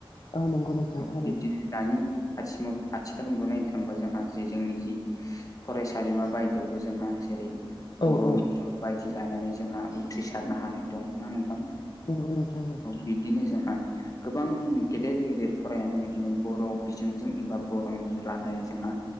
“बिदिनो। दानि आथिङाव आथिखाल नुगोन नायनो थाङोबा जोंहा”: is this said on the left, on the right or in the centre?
Left